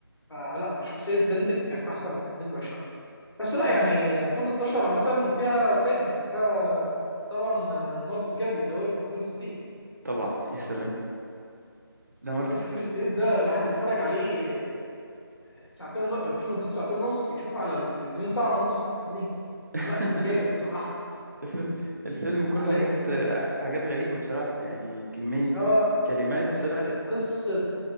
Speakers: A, on the left; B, on the right.
A: فلا شخصيه بندكت كانت احسن بالنسبه لشارلوك بس لا
B: لا
A: يعني 2013 عامة فيها تاني يعني فيها طبعا ليوناردو دي كابري ذا ويلف اوف وول ستريت
B: طبعا يا سلام ده مارتن
A: ويلف اوف وول ستريت ده الواحد يتفرج عليه ساعتين ونص الفيلم مدته ساعتين ونص يشوفه على التلفزيون ساعة ونص فاهمني؟
B: <laughs>
A: لا كان جامد صراحة
B: الفيلم الفيلم
A: <laughs>
B: كله
A: على
B: حاجات
A: ام 2
B: آه، حاجات غريبه بصراحه يعني كميه
A: اه
B: كلمات
A: بس
B: طلعت
A: قصة